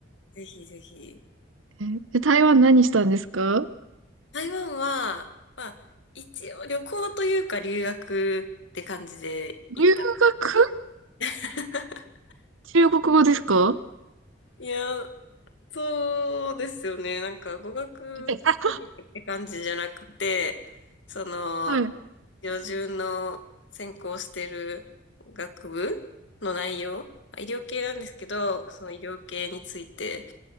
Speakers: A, on the left; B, on the right.
A: ぜひぜひ。
B: えで台湾何したんですか
A: 台湾は、まあ、一応旅行というか留学って感じで行った。
B: 留学
A: <laughs>
B: 中国語ですか
A: いや、そうですよね。なんか語学っ
B: <laughs>
A: て感じじゃなくて、その、
B: はい。
A: 標準の専攻してる学部の内容、まあ医療系なんですけど、その医療系について